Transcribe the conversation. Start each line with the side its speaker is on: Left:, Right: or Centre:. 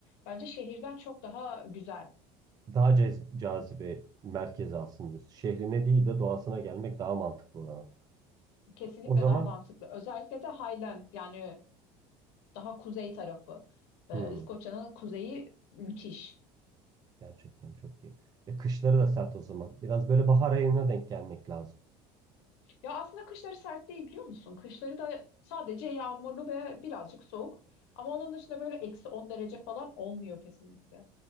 Left: bence şehirden çok daha güzel.
Right: Daha cez- cazibe merkezi aslında. diyorsun. Şehrine değil de doğasına gelmek daha mantıklı oranın.
Left: Kesinlikle
Right: O zaman
Left: daha mantıklı. Özellikle de Highland yani daha kuzey tarafı. E,
Right: hmm,
Left: İskoçya'nın kuzeyi müthiş.
Right: gerçekten çok iyi. E, kışları da sert o zaman. Biraz böyle bahar ayına denk gelmek lazım.
Left: Ya aslında kışları sert değil biliyor musun? Kışları da sadece yağmurlu ve birazcık soğuk. Ama onun dışında böyle eksi 10 derece falan olmuyor kesinlikle.